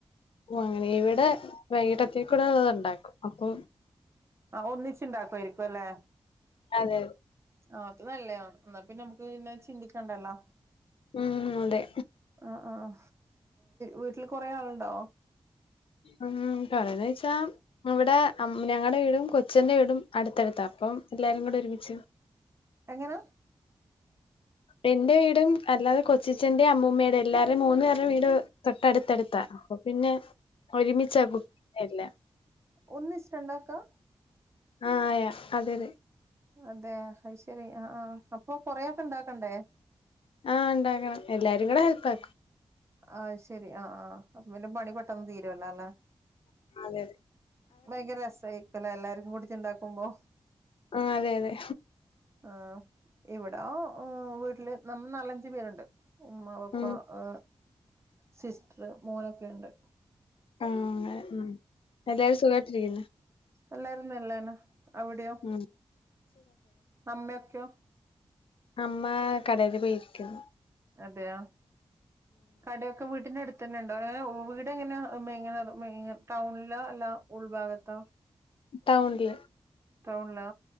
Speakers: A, on the left (about 65°); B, on the right (about 30°).
A: ഓ അങ്ങനെ ഇവടെ വൈകിട്ടത്തെക്കൂടെ ഉള്ളത് ഒണ്ടാക്കും. അപ്പൊ
B: ആ ഒന്നിച്ചുണ്ടാക്കുവായിരിക്കും അല്ലേ?
A: അതെതെ.
B: ആ അത് നല്ലയാണ്. എന്നാ പിന്നെ നമുക്ക് പിന്നെ ചിന്തിക്കണ്ടല്ലോ.
A: ഉം അതെ
B: ആഹ് ആഹ് വീട്ടില് കൊറെ ആളുണ്ടോ
A: ഉം പറയന്ന് വെച്ചാ ഇവിടെ ഞങ്ങടെ വീടും കൊച്ചന്റെ വീടും അടുത്തടുത്താ അപ്പം എല്ലാരും കൂടെ ഒരുമിച്ച്.
B: എങ്ങനാ?
A: എന്റെ വീടും അല്ലാതെ കൊച്ചച്ചന്റേം അമ്മൂമ്മേടേം എല്ലാരടേം മൂന്നു പേരുടെ വീട് തൊട്ടടുത്തടുത്താ അപ്പ പിന്നെ. ഒരുമിച്ചാക്കും. എല്ല
B: ഒന്നിച്ചിട്ടാണ്ടാക്കാ?
A: ആ യാ അതെയതെ.
B: അതെയോ അയ്ശ ശരി ആ ആ അപ്പൊ കൊറേയൊക്കൊണ്ടാക്കണ്ടേ?
A: ആ ഉണ്ടാക്കണം എല്ലാരും കൂടെ ഹെൽപ്പാക്കും.
B: ആ ശരി ആ ആ അപ്പൊ പിന്നെ പണി പെട്ടെന്ന് തീരുവല്ലോ അല്ലേ?
A: അതെതെ.
B: ഭയങ്കര രസായ്ക്കല എല്ലാരും. ഓട്. ക്കെണ്ടാക്കുമ്പോ
A: ആ അതെ അതെ.
B: ആ ഇവിടാ ആ വീട്ടില് നമ്മ നാലഞ്ചു പേരുണ്ട്. ഉമ്മ പപ്പാ
A: മ്മ്.
B: ആ സിസ്റ്ററ് മോനൊക്കെയൊണ്ട്.
A: ആ എ എല്ലാരും സുഖായിട്ടിരിക്കുന്നോ?
B: എല്ലാരും നല്ലന്നെ. അവിടെയോ,
A: മ്മ്.
B: അമ്മയൊക്കെയോ?
A: അമ്മാ കടയില് പോയിരിക്കാണ്
B: അതെയോ, കടയൊക്കെ വീട്ടിനടു ത്തന്നെ ഉണ്ടോ, ഏ വെ വീട് എങ്ങനെ ഭയങ്കര ഭയങ്കര ടൗണിലാ അല്ല ഉൾഭാഗത്താ?
A: ടൗണിൽ
B: ടൗണിലോ,